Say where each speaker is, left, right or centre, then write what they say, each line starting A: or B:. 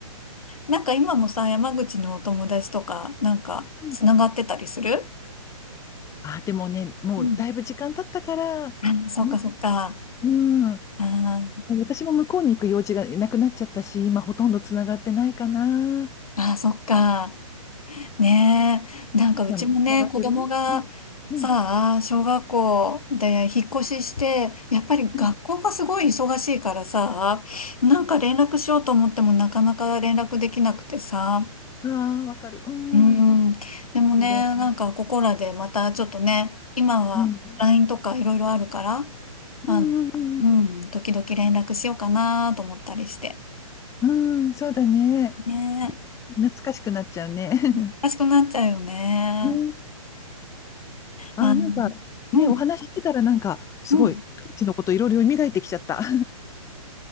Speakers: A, on the left (about 80°); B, on the left (about 15°).
A: なんか今もさ、山口のお友達とか、なんか、
B: <laughs>
A: つながってたりする
B: あ、でもね、もうだいぶ時間経ったから、
A: うん。あ、そっかそっか。
B: うん、うん、
A: あー
B: 私も向こうに行く用事がなくなっちゃったし、今ほとんどつながってないかな。
A: あー、そっか。ねえ、なんかうちもね、
B: でつながってるうん、
A: 子供がさあ、
B: うん、
A: 小学校で引っ越しして、やっぱり学校がすごい忙しいからさ、
B: うん、
A: なんか連絡しようと思ってもなかなか連絡できなくてさ、
B: うん。ああ、わかる。うん。
A: うん、でもね、
B: そうだね
A: なんかここらでまたちょっとね、今は
B: うん、
A: LINE とかいろいろあるから、
B: うん、
A: あの、
B: うん、
A: うん、時々連絡しようかなと思ったりして。
B: うん、うんそうだね。
A: ねえ、
B: 懐かしくなっちゃうね。<laughs>
A: おかしくなっちゃうよね。
B: うん。ああ、
A: あの、
B: なんか、ね、
A: うん、
B: お話ししてたらなんか、すごい、
A: うん。
B: 当時のこといろいろ蘇ってきちゃった。<laughs> あ